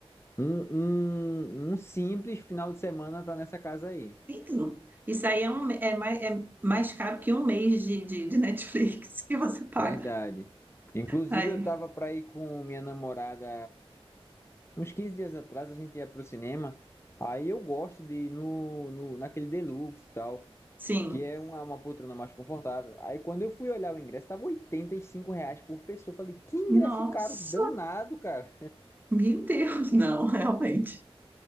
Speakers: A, on the left; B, on the right.
A: Um, um, um simples final de semana tá nessa casa aí.
B: Então, isso aí é, um, é, mais, é mais caro que um mês de, de, de Netflix <laughs> que você paga.
A: Verdade. Inclusive,
B: Aí,
A: eu tava pra ir com minha namorada Uns 15 dias atrás a gente ia pro cinema. Aí eu gosto de ir no, no, naquele Deluxe e tal,
B: sim.
A: que é uma, uma poltrona mais confortável. Aí quando eu fui olhar o ingresso, tava 85 reais por pessoa. Eu Falei, que ingresso
B: Nossa,
A: caro, danado, cara.
B: meu Deus, <laughs> não, realmente.